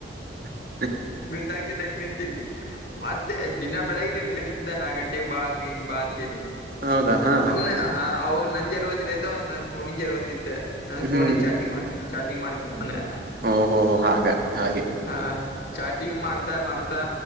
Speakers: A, on the right (about 55°); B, on the left (about 55°).
A: ಹ
B: ಗೊತ್ತಾಗ್ತಿಲ್ಲ ಹೆಂಗಂತಲ್ಲಿ ಮ ಮತ್ತೆ ದಿನಾ ಬೆಳಗ್ ನಂಗಗೆ ಕರೀತಿದ್ದ ನಾಕ್ ಗಂಟೆ ಬಾ ಹಂಗ ಹಿಂಗ ಬಾ ಅಂತ.
A: ಹೌದಾ ಹಾ
B: ಅವ ಹ ಅವಾಗ ನನ್ ಜರ್ವತಿಲ್ಲಯ್ತೋ ನನ್ ಫೋನಿ ಜರ್ವತಿತ್ತ. ನಾನನ್ ಫೋನ್
A: ಹ್ಮ್
B: ಚಾರ್ಜಯಿಂಗ್ ಚಾಟಿಂಗ್ ಮಾಡಿದ್ದ್ ಅವನೆ.
A: ಓಹೋಹೋ ಹಾಗ ಹಾಗೆ.
B: ಹಾ ಚಾಟಿಂಗ್ ಮಾಡ್ತಾ ಮಾಡ್ತಾ